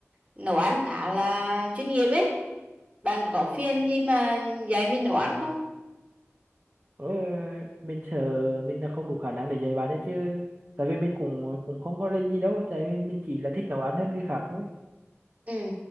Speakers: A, on the right; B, on the right.
A: nấu ăn khá là chuyên nghiệp ấy bạn có phiền khi mà dạy mình nấu ăn không
B: Ủa, mình sợ mình là không đủ khả năng để dạy bạn đấy chứ tại vì mình cũng cũng không có rên gì đâu tại vì mình chỉ là thích nấu ăn hơn người khác thôi
A: ừ.